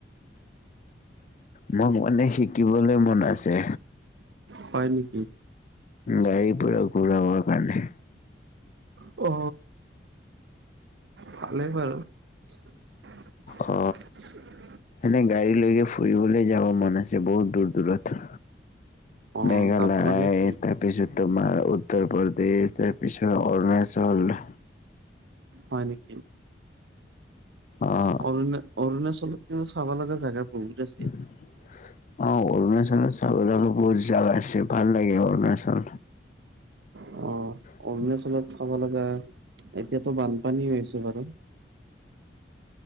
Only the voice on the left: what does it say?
মই মানে শিকিবলৈ মন আছে।
গাড়ী পুৰা ঘূৰাবৰ কাৰণে
অ এনে গাড়ী লৈকে ফুৰিবলৈ যাব মন আছে বহুত দূৰ দূৰত
মেঘালয়
তাত তাৰ পিছত তোমাৰ উত্তৰ প্ৰদেশ তাৰ পিছত অৰুণাচল।
অ
<unintelligible> অ অৰুণাচলত চাব লগা বহুত জাগা আছে ভাল লাগে অৰুণাচল।
উ